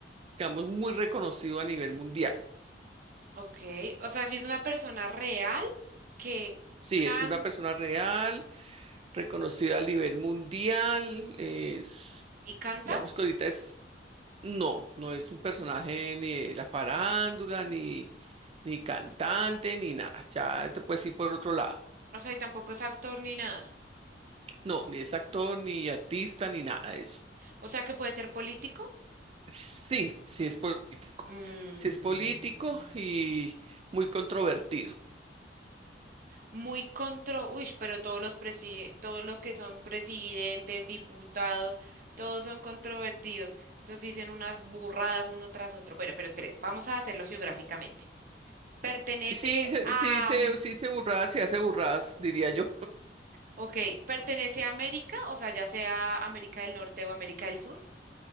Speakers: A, on the right (about 35°); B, on the right (about 50°).
A: digamos, muy reconocido a nivel mundial.
B: Ok, o sea, si es una persona real que
A: Sí,
B: can
A: es una persona real reconocido a nivel mundial. Es,
B: y canta,
A: digamos que ahorita es, no, no es un personaje ni de la farándula, ni, ni cantante, ni nada. Ya te puedes ir por otro lado.
B: o sea, y tampoco es actor ni nada.
A: No, ni es actor, ni artista, ni nada de eso.
B: O sea, que puede ser político.
A: Sí, sí es político.
B: Mm.
A: Sí es político y muy controvertido.
B: muy contro, uy, pero todos los presi- todos los que son presidentes, diputados, todos son controvertidos. Esos dicen unas burradas uno tras otro. Bueno, pero espere, vamos a hacerlo geográficamente. ¿Pertenece
A: Sí, se-
B: a,
A: sí, se,
B: mm,
A: sí, se burradas, se hace burradas, diría yo.
B: ok, pertenece a América, o sea, ya sea América del Norte o América del Sur?